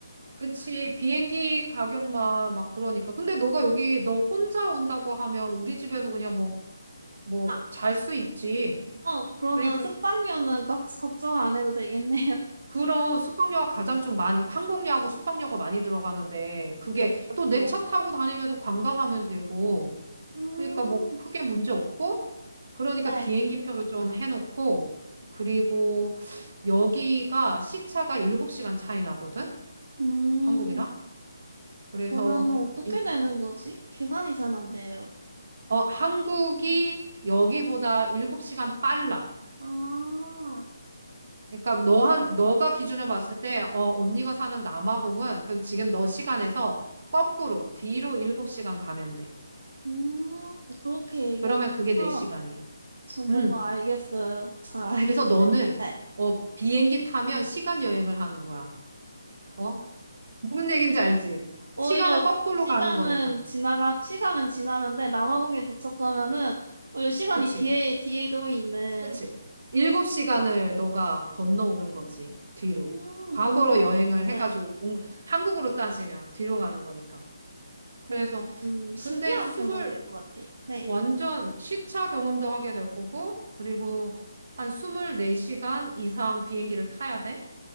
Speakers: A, on the right; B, on the right.
A: 그치, 비행기 가격만 막 그러니까. 근데 너가 여기 너 혼자 온다고 하면 우리 집에서 그냥 뭐, 뭐,
B: 아,
A: 잘 수 있지.
B: 어, 그러면
A: 그러니까
B: 숙박료는 걱- 걱정 안 해도 되겠네요.
A: 그런 숙박료가 가장 좀 많이, 항공료하고 숙박료가 많이 들어가는데, 그게
B: 맞죠?
A: 또 내 차 타고 다니면서 관광하면 되고,
B: 음,
A: 그러니까 뭐 크게 문제 없고, 그러니까
B: 네.
A: 비행기 표를 좀 해놓고, 그리고 여기가 시차가 7시간 차이 나거든?
B: 음,
A: 한국이랑? 그래서,
B: 그러면 어떻게
A: 일,
B: 되는 거지? 계산이 잘 안 돼요.
A: 어, 한국이 여기보다 7시간 빨라.
B: 아,
A: 그러니까 너 한, 너가 기준으로 봤을 때, 어, 언니가 사는 남아공은 그럼 지금 너 시간에서 거꾸로 뒤로 7시간 가면 돼.
B: 음, 그렇게 얘기하니까
A: 그러면 그게 내 시간이야.
B: 저 뭔가
A: 음.
B: 알겠어요. 잘 알겠어요.
A: 그래서 너는,
B: 네.
A: 어, 비행기 타면 시간 여행을 하는 거야. 어? 무슨 얘기인지 알지?
B: 오히려
A: 시간을 거꾸로
B: 시간은
A: 가는 거니까.
B: 지나가, 시간은 지나는데 남아공에 도착하면은 오히려 시간이
A: 그치?
B: 뒤에, 뒤로 있는,
A: 그치? 일곱 시간을 너가 건너오는 거지. 뒤로.
B: 음,
A: 과거로
B: 뭔가,
A: 여행을 해가지고
B: 네,
A: 온- 한국으로 따지면 뒤로 가는 거니까. 그래서
B: 뭔가 좀 신기한
A: 근데 스물
B: 경험 될 것 같아요. 네.
A: 완전 시차 경험도 하게 될 거고 그리고 한 24시간 이상 비행기를 타야 돼.